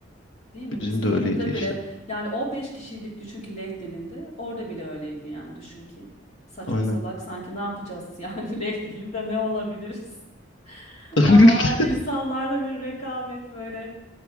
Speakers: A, on the left; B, on the left.
A: Değil mi?
B: Bizim
A: Bizim
B: de
A: bölümde
B: öyleydi işte.
A: bile yani on beş kişiydik düşün ki Leh dilinde. Orada bile öyleydi yani düşün ki. Saçma
B: Aynen.
A: salak sanki ne yapacağız yani <laughs> Leh dilinde ne olabiliriz?
B: <laughs>
A: Ama insanlarda bir rekabet böyle